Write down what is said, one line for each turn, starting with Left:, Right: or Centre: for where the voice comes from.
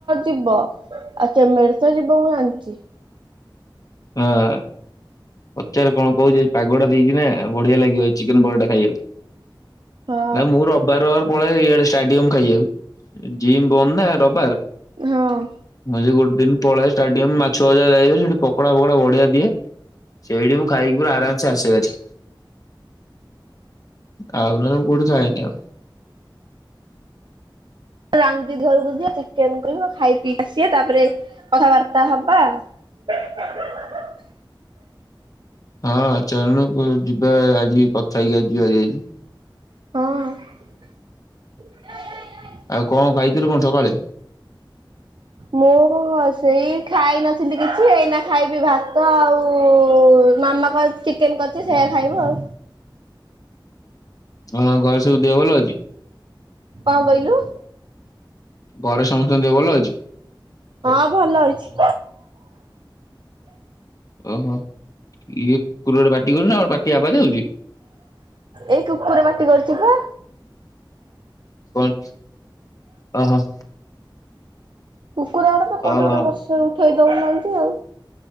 Right: ଯିବ ଆଉ ଚେମେଡି ତ ଯିବ ମୁଁ ଜାଣିଚି।
Left: ହଁ। ପଚାରେ କଣ କହୁଚି ପାଗଟା ଦେଇକି ନା ବଢିଆ ଲାଗିବ ଏ ଚିକେନ ପକୋଡ଼ା ଟା ଖାଇବାକୁ।
Right: ହଁ
Left: ନାଇଁ ମୁଁ ରବିବାର ବାର ପଳାଏ ଇଆଡେ ଷ୍ଟାଡିୟମ ଖାଇବାକୁ। ଜିମ୍ ବନ୍ଦ ନା ରବିବାର।
Right: ହଁ।
Left: ମୁଁ ଯୋଉ ଗୋଟ ଦିନ ପଳାଏ ଷ୍ଟାଡିୟମରେ ମାଛଭଜା ସେଠି ପକଡା ଫକୋଡା ବଢିଆ ଦିଏ। ସେଇଠି ମୁଁ ଖାଇକି ପୁରା ଆରାମସେ ଆସେ ଭାରି। ଆଉ ନହେଲେ ମୁଁ କୋଉଠି ଖାଏନି ଆଉ।
Right: ରାନି ଦିଦି ଘରକୁ ଯିବା ଚିକେନ କରିବ ଖାଇ ପିଇ ଆସିବା ତାପରେ କଥାବାର୍ତ୍ତା ହବା। <unintelligible>
Left: ହଁ ଚାଲୁନୁ ଯିବା ଆଜି କଥା ହେଇକି ଆସିବା ଭାରି ଆଜି।
Right: ହଁ।
Left: ଆଉ କଣ ଖାଇଥିଲୁ କଣ ସକାଳେ?
Right: ମୋର ସେଇ ଖାଇନଥିଲି କିଛି ଏଇନା ଖାଇବି ଭାତ ଆଉ ମାମା କଣ ଚିକେନ୍ କରିଛି ସେଇଆା ଖାଇବୁ ଆଉ।
Left: ତୋମ ଘରେ ସବୁ ଦେହ ଭଲ ଅଛି?
Right: କଣ କହିଲୁ?
Left: ଘରେ ସମସ୍ତଙ୍କ ଦେହ ଭଲ ଅଛି?
Right: ହଁ ଭଲ ଅଛି।
Left: ଓହୋ, ଇଏ କୋଉଠି ଗୋଟେ ପାଟି କରୁନ ଆ <unintelligible> ପାଟି ଆବାଜ ହଉଚି।
Right: ଏଇ କୁକୁର ପାଟି କରୁଛି ପା।
Left: କଣ ଓହୋ,?
Right: କୁକୁର ଆଡେ ତ କୋଉଠି
Left: ଓହୋ
Right: ଗୋଟେ ବସେଇ ଉଠେଇ ଦଉନାହାନ୍ତି ଆଉ।